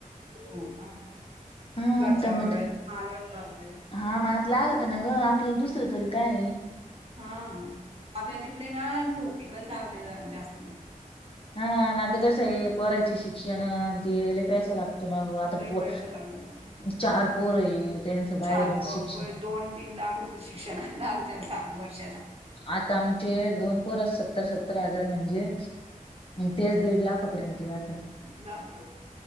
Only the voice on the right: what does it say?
हो का.
घरच्या
वावरात मालवत राहतात.
हा आपल्या तिकडे ना ठोपिकच लागते जास्त
लय
पैसा लागतो.
चार प
प दोन तीन लाख रुपये शिक्षणा लागत वर्ष
जाद्या